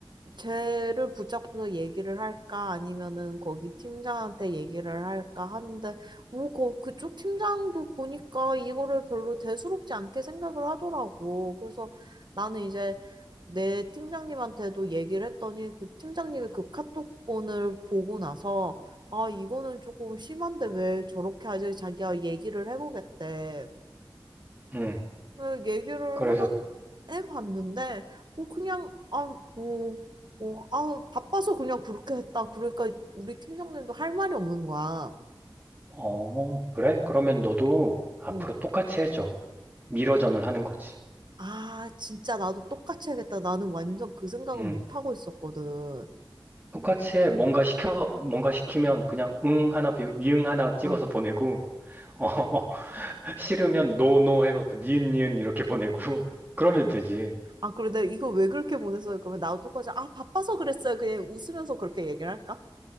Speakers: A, on the right (about 60°); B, on the right (about 20°).
A: 쟤를 붙잡고서 얘기를 할까 아니면은 거기 팀장한테 얘기를 할까 하는데 뭐 거, 그쪽 팀장도 보니까 이거를 별로 대수롭지 않게 생각을 하더라고. 그래서 나는 이제 내 팀장님한테도 얘기를 했더니 그 팀장님이 그 카톡본을 보고 나서 아 이거는 조금 심한데 왜 저렇게 하지? 자기가 얘기를 해보겠대.
B: 음.
A: 네, 얘기를
B: 그래서,
A: 해봤, 해봤는데, 뭐, 그냥, 아, 뭐, 뭐, 아, 바빠서 그냥 그렇게 했다. 그러니까 우리 팀장님도 할 말이 없는 거야.
B: 어, 그래? 그러면 너도 앞으로
A: 응.
B: 똑같이 해줘. 미러전을 하는 거지.
A: 아, 진짜 나도 똑같이 해야겠다. 나는 완전 그 생각은
B: 응.
A: 못 하고 있었거든.
B: 똑같이 해. 뭔가 시켜, 뭔가 시키면 그냥 응 하나, 비- 이응 하나 찍어서
A: 응.
B: 보내고, 어, <laughs> 어, 싫으면 노노 해갖고 니은 니은 이렇게 보내고, <laughs> 그러면 되지.
A: 아, 그래, 내가 이거 왜 그렇게 보냈어요? 그러면 나도 똑같이, 아, 바빠서 그랬어요. 그냥 웃으면서 그렇게 얘기를 할까?